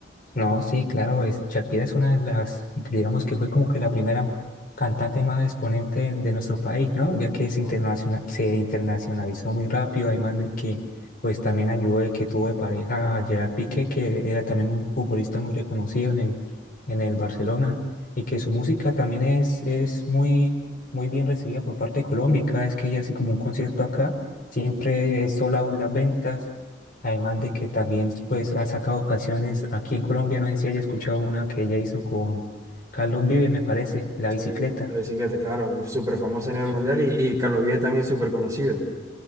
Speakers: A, on the left; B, on the right.
A: No, sí, claro, es- Shakira es una de las, digamos que fue como que la primera cantante más exponente de nuestro país, ¿no? Ya que se internaciona-
B: Ujú.
A: se internacionalizó muy rápido, además de que pues también ayudó de que tuvo de pareja a Gerard Piqué, que era también un futbolista muy reconocido en el, en el Barcelona, y que su música también es, es muy, muy bien recibida por parte de Colombia, y cada vez que ella hace como un concierto acá, siempre es sold out las ventas Además de que también pues ha sacado canciones aquí en Colombia, no sé si haya escuchado una que ella hizo con Carlos Vives, me parece, La
B: Sí,
A: bicicleta.
B: la bicicleta, claro, súper famosa
A: Uf,
B: a nivel mundial y, y Carlos Vives también es súper conocido.